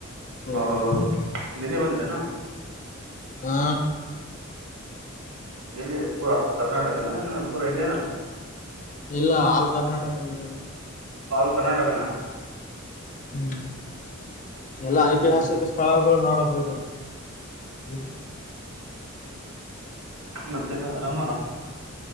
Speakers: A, on the left; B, on the right.
A: <unintelligible>
B: ಹೌದೌದು ನಿನ್ನೆ ಬಂದ್ರೇನಾ
A: ಹಾ
B: ಎಲ್ಲಿ ಪೂರ ಕರ್ನಾಟಕನ ಏನ ಪೂರ ಇಂಡಿಯಾನ?
A: ಇಲ್ಲ ಆಲ್ ಕರ್ನಾಟಕ ಹೋಗಿದ್ದೆವ
B: ಆಲ್ ಕರ್ನಾಟಕನ.
A: ಹ್ಮ್ ಎಲ್ಲ
B: ಹ್ಞೂ
A: ಐತಿಹಾಸಿಕ
B: ಹ್ಞೂ
A: ಸ್ಥಳಗಳು ನೋಡಕ್ ಹೋಗಿದ್ವು. ಹ್ಮ
B: ಮತ್ತೆಲ್ಲ ಆರಾಮಲ್ಲ